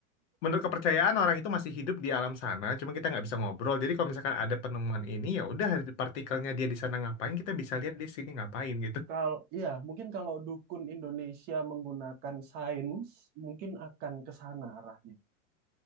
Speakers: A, on the left (about 60°); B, on the right (about 25°).
A: menurut kepercayaan orang itu masih hidup di alam sana, cuma kita nggak bisa ngobrol. Jadi kalau misalkan ada penemuan ini, ya udah partikelnya dia di sana ngapain, kita bisa lihat di sini ngapain gitu.
B: kalau ya mungkin kalau dukun Indonesia menggunakan sains mungkin akan ke sana arahnya.